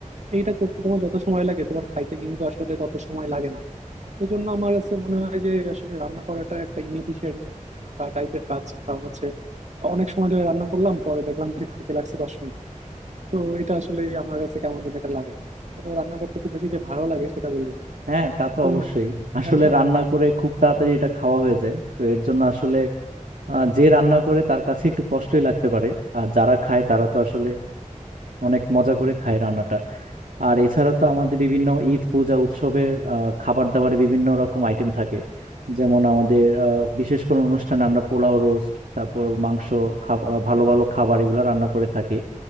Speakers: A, on the right; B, on the right.
A: এইটা করতে তোমার যত সময় লাগে তোমার খাইতে কিন্তু আসলে তত সময় লাগে না এই জন্য আমার কাছে মনে হয় যে আসলে রান্না করাটা একটা ইনএফিশিয়েন্ট টাইপের কাজ কারণ হচ্ছে অনেক সময় ধরে রান্না করলাম পরে দেখলাম যে খাইতে লাগছে দশ মিনিট তো এটা আসলে আমার কাছে কেমন যেন এটা লাগে তো রান্না করতে খুব বেশি যে ভালো লাগে সেটা বলবো না
B: হ্যাঁ তা তো
A: তুমি
B: অবশ্যই আসলে
A: তাই না
B: রান্না করে খুব তাড়াতাড়ি এটা খাওয়া হয়ে যায় তো এর জন্য আসলে আহ, যে রান্না করে তার কাছে একটু কষ্টই লাগতে পারে আর যারা খায় তারা তো আসলে অনেক মজা করে খায় রান্নাটা আর এছাড়া তো আমাদের বিভিন্ন ঈদ পূজা উৎসবের আহ, খাবার দাবারে বিভিন্ন রকম আইটেম থাকে যেমন আমাদের আহ, বিশেষ কোনো অনুষ্ঠানে আমরা পোলাও রোস্ট তারপর মাংস খাব- আহ, ভালো ভালো খাবার এগুলো রান্না করে থাকি